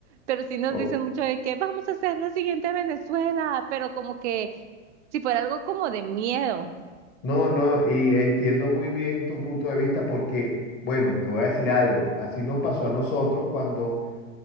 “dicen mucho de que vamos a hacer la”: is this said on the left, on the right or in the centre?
Right